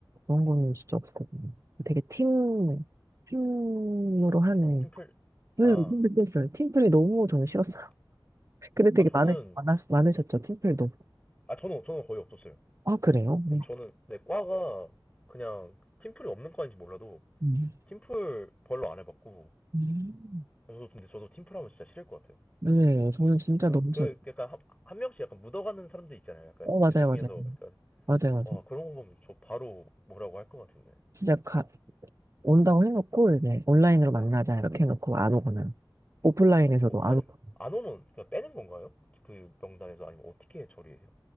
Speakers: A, on the right (about 40°); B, on the left (about 15°).
A: 그런 거는 진짜 없었거든요. 되게 팀, 팀으로 하는,
B: 팀플
A: 네,
B: 아,
A: 근데 그랬어요. 팀플이 너무 저는 싫었어요.
B: 아,
A: <laughs> 근데 되게
B: 아, 저는
A: 많으, 많 많으셨죠, 팀플도.
B: 아 저는 저는 거의 없었어요.
A: 아, 그래요? 네.
B: 저는 내 과가 그냥 팀플이 없는 과인지 몰라도
A: 음.
B: 팀플 별로 안 해봤고
A: 음.
B: 저도 근데 저도 팀플 하면 진짜 싫을 것 같아요.
A: 네, 저는 진짜
B: 진짜
A: 너무
B: 그
A: 싫어.
B: 약간 한, 한 명씩 약간 묻어가는 사람들 있잖아요. 약간
A: 어, 맞아요,
B: 대충
A: 맞아요.
B: 해서 약간
A: 맞아요, 맞아요.
B: 와 그런 거 보면 저 바로 뭐라고 할 것 같은데.
A: 진짜 가, 온다고 해놓고, 이제 온라인으로 만나자,
B: 네.
A: 이렇게 해놓고 안 오거나. 오프라인에서도
B: 그 만약
A: 안 오고.
B: 안 오면 그냥 빼는 건가요? 그 명단에서 아니면 어떻게 처리해요?